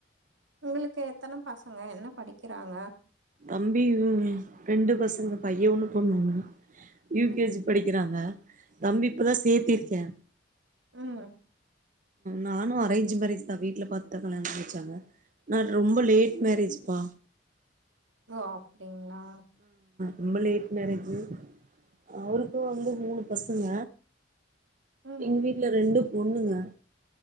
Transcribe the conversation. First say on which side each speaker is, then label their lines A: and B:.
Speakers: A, on the right; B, on the right.
A: உங்களுக்கு எத்தன பசங்க என்ன படிக்றாங்க
B: தம்பி ரெண்டு பசங்க பய ஒன்னு பொண்ணு ஒன்னு யூ
A: ம்
B: கே ஜி படிக்றாங்க தம்பி இப்பதா சேத்திருக்கே
A: உம்
B: நானு அரேஞ்ச் மேரேஜ் தா வீட்ல பாத்து தா கல்யாணம் பண்ணி வச்சாங்க நா ரொம்ப லேட் மேரேஜ் மா
A: ஒ அப் அப்டிங்ளா
B: ரொம்ப லேட் மேரேஜு அவருக்கு வந்து மூணு பசங்க
A: ம்
B: எங்க வீட்ல ரெண்டு ஒண்ணுங்க